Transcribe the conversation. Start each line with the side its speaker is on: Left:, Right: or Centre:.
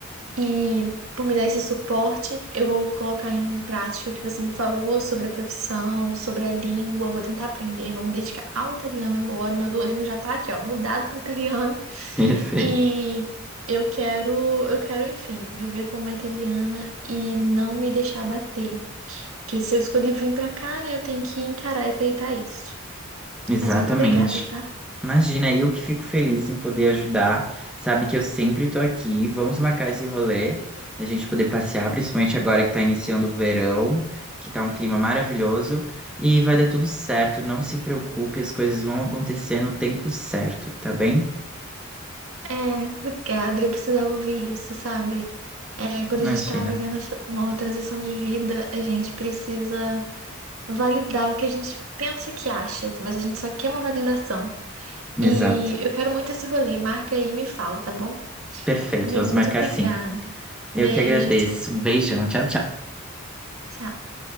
Right: e por me dar esse suporte. Eu vou colocar em prática o que você me falou sobre a profissão, sobre a língua. Vou tentar aprender, vou me dedicar ao italiano agora. Meu Duolingo já tá aqui, ó, mudado para italiano.
Centre: <laughs> Perfeito.
Right: E eu quero, eu quero, enfim, viver como uma italiana e não me deixar bater. Porque se eu escolhi vir pra cá, né, eu tenho que encarar e peitar isso.
Centre: Exatamente.
Right: Mas muito obrigada, tá?
Centre: Imagina, eu que fico feliz em poder ajudar. Sabe que eu sempre tô aqui. Vamos marcar esse rolê, da gente poder passear, principalmente agora que tá iniciando o verão, que tá um clima maravilhoso.
Right: Eu
Centre: E vai dar tudo certo, não se preocupe, as coisas vão acontecer no tempo certo, tá bem?
Right: É, obrigada. Eu precisava ouvir isso, sabe? É, quando
Centre: Imagina.
Right: a gente tá vivendo essa- uma transição de vida, a gente precisa validar o que a gente pensa que acha, mas a gente só quer uma validação.
Centre: Exato.
Right: E eu quero muito esse rolê. Marca aí e me fala, tá bom?
Centre: Perfeito,
Right: Amigo,
Centre: vamos
Right: muito
Centre: marcar
Right: obrigada.
Centre: sim. Eu
Right: Beijo,
Centre: que agradeço.
Right: tchau.
Centre: Um beijão, tchau, tchau.
Right: tchau.